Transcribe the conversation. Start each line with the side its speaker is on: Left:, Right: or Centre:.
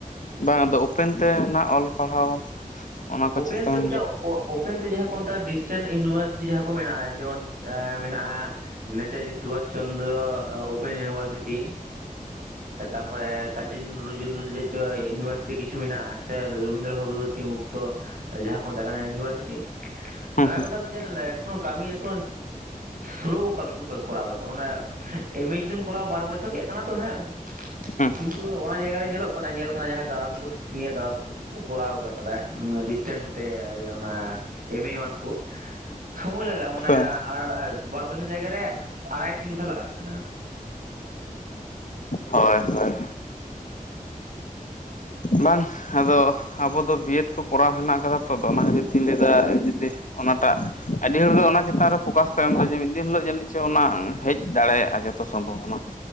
Left: ᱵᱟᱝ ᱟᱫᱚ ᱳᱯᱮᱱ ᱛᱮ ᱱᱟᱜ ᱚᱞ ᱯᱟᱲᱦᱟᱣ ᱚᱱᱟ
Right: ᱚᱯᱮᱱ
Left: ᱠᱚ ᱪᱮᱛᱟᱱ
Right: ᱛᱚ ᱢᱤᱫᱴᱟ
Left: ᱨᱮ
Right: ᱳᱯᱮᱱ ᱛᱮ ᱡᱟᱦᱟᱸ ᱠᱚ ᱢᱮᱛᱟᱜᱼᱟ ᱰᱤᱥᱴᱮᱱ ᱤᱭᱩᱱᱤᱵᱷᱟᱨᱥᱤᱴᱤ ᱡᱟᱦᱟᱸ ᱠᱚ ᱢᱮᱱᱟᱜᱼᱟ ᱡᱮᱢᱚᱱ ᱢᱮᱱᱟᱜᱼᱟ ᱱᱮᱛᱟᱡᱤ ᱥᱩᱵᱷᱟᱥ ᱪᱚᱱᱫᱨᱚ ᱳᱯᱮᱱ ᱤᱭᱩᱱᱤᱵᱷᱟᱨᱥᱤᱴᱤ ᱛᱟᱯᱚᱨᱮ ᱠᱟᱡᱤ ᱱᱚᱡᱩᱨᱩᱞ <unintelligible> ᱤᱭᱩᱱᱤᱵᱷᱟᱨᱥᱤᱴᱤ ᱠᱤᱪᱷᱩ ᱢᱮᱱᱟᱜᱼᱟ ᱥᱮ ᱨᱚᱵᱤᱱᱫᱨ ᱵᱷᱚᱜᱚᱵᱚᱛᱤ ᱡᱟᱦᱟᱸ ᱠᱚ ᱢᱮᱛᱟᱜ ᱠᱟᱱᱟ ᱤᱭᱩᱱᱤᱵᱷᱟᱨᱥᱤᱴᱤ ᱱᱚᱣᱟ
Left: ᱦᱩᱸ ᱦᱩᱸ
Right: ᱠᱚᱫᱚ ᱢᱤᱫᱴᱮᱱ <unintelligible> ᱠᱟᱹᱢᱤ ᱮᱠᱴ ᱥᱞᱳ ᱠᱟᱹᱢᱤ ᱠᱚ ᱠᱚᱟᱣ ᱫᱟ ᱛᱟᱨ ᱢᱟᱱᱮ ᱮᱢ ᱮ ᱡᱩᱫᱤᱢ ᱠᱚᱨᱣᱟ ᱵᱟᱨ ᱵᱚᱪᱷᱚᱨ ᱨᱮᱭᱟᱜ ᱠᱟᱱᱟ ᱛᱚ ᱦᱮᱸ
Left: ᱦᱩᱸ
Right: ᱠᱤᱱᱛᱩ ᱚᱱᱟ ᱡᱟᱭᱜᱟ ᱨᱮ ᱧᱮᱞᱚᱜ ᱠᱟᱱᱟ ᱧᱮᱞ ᱡᱟᱦᱟᱸ ᱫᱟᱫᱟ ᱛᱟᱠᱚ ᱥᱤᱱᱤᱭᱟᱨ ᱫᱟᱫᱟ ᱛᱟᱠᱚ ᱠᱚ ᱠᱚᱨᱟᱣ ᱠᱟᱫᱟ ᱰᱤᱥᱴᱮᱱ ᱛᱮ ᱚᱱᱟ ᱮᱢ ᱮᱢᱟᱱ ᱠᱚ ᱥᱚᱢᱚᱭ ᱞᱟᱜᱟᱜ ᱢᱟᱱᱮ
Left: ᱦᱩᱸ
Right: ᱟᱨ ᱵᱟᱨ ᱵᱚᱪᱷᱚᱨ ᱡᱟᱭᱜᱟ ᱨᱮ ᱟᱲᱟᱭ ᱛᱤᱱ ᱵᱚᱪᱚᱨ ᱞᱟᱜᱟᱜ ᱠᱟᱱᱟ
Left: ᱦᱳᱭ ᱦᱳᱭ ᱵᱟᱝ ᱟᱫᱚ ᱟᱵᱚ ᱫᱚ ᱵᱤᱭᱮᱰ ᱠᱚ ᱠᱚᱨᱟᱣ ᱦᱮᱱᱟᱜ ᱟᱠᱟᱫᱟ ᱛᱚ ᱚᱱᱟ ᱠᱷᱟᱹᱛᱤᱨ ᱛᱤᱧ ᱞᱟᱹᱭᱫᱟ ᱡᱩᱫᱤ ᱚᱱᱟᱴᱟᱜ ᱟᱹᱰᱤ ᱦᱚᱲ ᱫᱚ ᱚᱱᱟ ᱪᱮᱛᱟᱱ ᱨᱮ ᱯᱷᱚᱠᱟᱥ ᱠᱚ ᱮᱢ ᱮᱫᱟ ᱡᱮ ᱢᱤᱫ ᱫᱤᱱ ᱦᱤᱞᱳᱜ ᱡᱟᱹᱱᱤᱡ ᱪᱚᱝ ᱚᱱᱟ ᱦᱮᱡ ᱫᱟᱲᱮᱭᱟᱜ ᱡᱚᱛᱚ ᱥᱚᱢᱵᱷᱚᱵᱚᱱᱟ